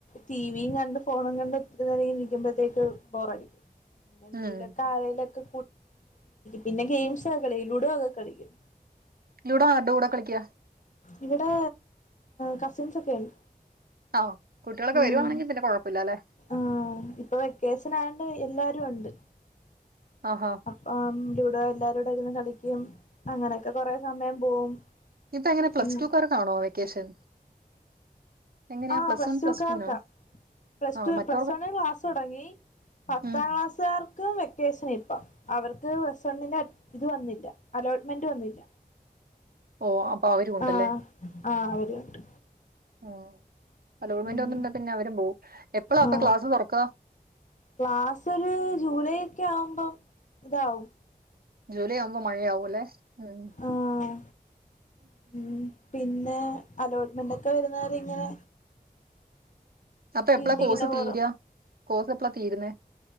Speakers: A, on the left; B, on the right.
A: ടീവിം കണ്ട് ഫോണും കണ്ട് നിക്കുക്കുമ്പോഴത്തേക്ക് ബോറടിക്കും പിന്നെ എന്തെലുംക്കെ
B: ഉം
A: ആരേ ലൊക്കെ പിന്നെ ഗെയിംസ്ക്കെ കളിക്കും ലുടോക്കെ കളിക്കും
B: ങ്ങള് ആരോടാ കളിക്കാ
A: ഇവിടെ കസ്സിൻസ്സ് ഒക്കെ ഉണ്ട്
B: ആഹ് കുട്ടികളൊക്കെ
A: ഉം
B: വരുവാണെങ്കിൽ പിന്നെ കുഴപ്പമില്ലല്ലെ
A: ആഹ ഇപ്പോ വെക്കേഷൻ ആയോണ്ട് എല്ലാരും ഉണ്ട്
B: ആഹാ
A: അപ്പം ലുടോ എല്ലാരും കൂടെ ഇരുന്ന് കളിക്കും മം അങ്ങനെയൊക്കെ കൊറേ സമയം പോവും
B: ഇപ്പോ എങ്ങനെ പ്ലസ്ടുകാർക്ക്
A: പിൻ
B: ആണോ വെക്കേഷൻ എങ്ങനെയാ
A: ആ
B: പ്ലസ്
A: പ്ലസ്ടുകാർക്കാ
B: വൺ പ്ലസ് ടുവിനോ
A: പ്ലസ്
B: ആഹ്
A: ടു
B: മറ്റവർക്ക്
A: പ്ലസ് വൺ ക്ലാസ് തുടങ്ങി പത്താം
B: ഉം
A: ക്ലാസ്കാർക്ക് വെക്കേഷൻ ഇപ്പം അവർക്ക് പ്ലസ് വൺന് ഇത് വന്നില്ല അലോട്ട്മെൻ്റ് വന്നില്ല
B: ഓ അപ്പൊ അവരും ഉണ്ടല്ലേ
A: ആ ആ അവരും ഉണ്ട്
B: ആഹ് അലോട്ട്മെന്റ്
A: ഉം
B: വന്നിട്ടുണ്ടെ പിന്നെ അവരും പോവും എപ്പളാ അപ്പൊ
A: ആ
B: ക്ലാസ് തുറക്ക
A: ക്ലാസില് ജൂലൈ ക്ക് ആവുംമ്പം ഇതാവും
B: ജൂലൈ ആവുംമ്പം മഴ ആവല്ലേ ഉം
A: ആഹ് ഉം പിന്നെ അലോട്ട്മെൻ്റ് ഒക്കെ വരുന്നവരെ ഇങ്ങനെ
B: അപ്പോ
A: വീട്ടിങ്ങനെ
B: എപ്പള കോഴ്സ്
A: പോറ്
B: തീരാ കോഴ്സ് എപ്പള തീരുന്നെ